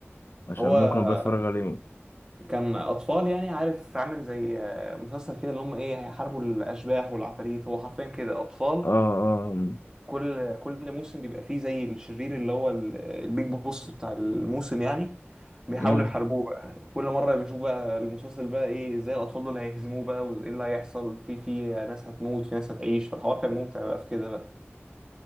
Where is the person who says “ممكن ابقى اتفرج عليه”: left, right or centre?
Left